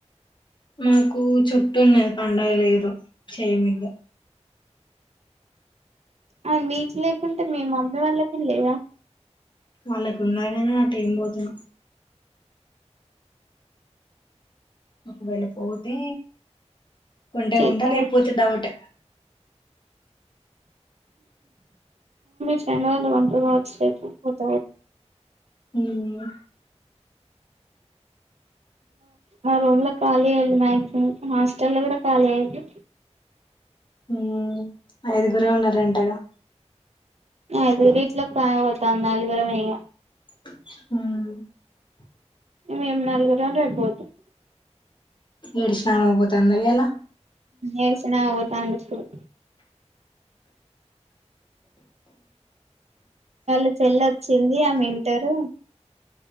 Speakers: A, on the left; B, on the right.
A: మాకు చుట్టున్నది పండగ లేదు చేయమింగ
B: ఆవును మీకు లేకుంటే మీ మమ్మీ వాళ్ళకి లేదా
A: వాళ్ళకు ఉన్నాగానీ నట్ట ఏం పోతాం ఒకవేళ పోతే ఉంటే
B: చేత్తవా
A: ఉంట లేకపోతె డౌట్
B: చ వాళ్ళ వంటచ్చ పో పోత
A: మ్
B: మా రూమ్ లో ఖాళీ అయ్యదు మాక్సిమం హాస్టల్ లో కూడా ఖాళీ అయ్యదు
A: మ్ ఐదుగురే ఉన్నారంటగా
B: ఐదుగురు ఇట్ల <unintelligible> ఐదుగు రుంఇహ
A: మ్
B: మేము నలుగురుం రేప్పోతాం
A: ఏడుష్ణమపోతాంద ఇయ్యాల
B: ఏడి‌సినామ పోతాంది ఇప్పుడు వాళ్ళ చెల్లొచ్చింది ఆమె ఇంటరు